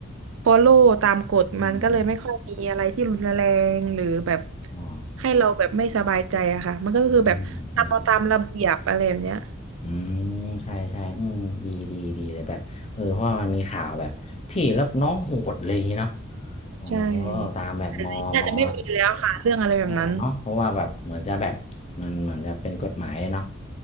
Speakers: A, on the right (about 70°); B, on the left (about 30°).
A: follow ตามกฎมันก็เลยไม่ค่อยมีอะไรที่รุนแรงหรือแบบ
B: อืมอืมอ๋อ
A: ให้เราแบบไม่สบายใจอะค่ะมันก็คือแบบทำเอาตามระเบียบอะไรแบบเนี้ย
B: อืมใช่ใช่อืมใช่ใช่อืมดีดีดีเลยแบบเออเพราะว่ามันมีข่าวแบบพี่แล้วน้องโหดเลยางงี้เนาะ อ๋อ
A: ใช่
B: ตามแบบมอมอ
A: แต่น่าจะไม่มีแล้วค่ะเรื่องอะไรแบบนั้น
B: อ๋อเนาะเพราะว่าแบบเหมือนจะแบบมันเหมือนจะเป็นกฎหมายเนาะ